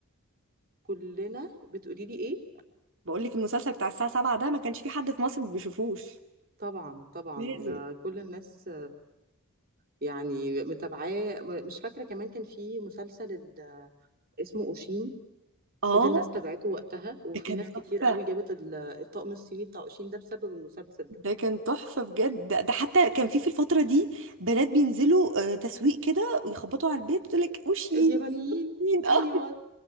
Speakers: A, on the right (about 40°); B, on the right (about 60°).
A: كلنا بتقولي لي ايه
B: بقول لك المسلسل بتاع الساعه 7 ده ما كانش فيه حد في مصر ما بيشوفوش
A: طبعا طبعا
B: لازم
A: ده كل الناس يعني متابعاه م- مش فاكرة كمان كان في مسلسل ال- اسمه أوشين
B: اه
A: كل الناس تابعته وقتها وفي
B: ده كان
A: ناس
B: تحفة
A: كتير قوي جابت ال- الطقم الصيني بتاع أوشين ده بسبب المسلسل
B: ده
A: ده
B: كان تحفة بجد ده, ده حتى كان في في الفترة دي بنات بينزلوا آه، تسويق كده ويخبطوا على البيت وتقول لك وشي
A: اليابانيين
B: مين <laughs> اه
A: أيوة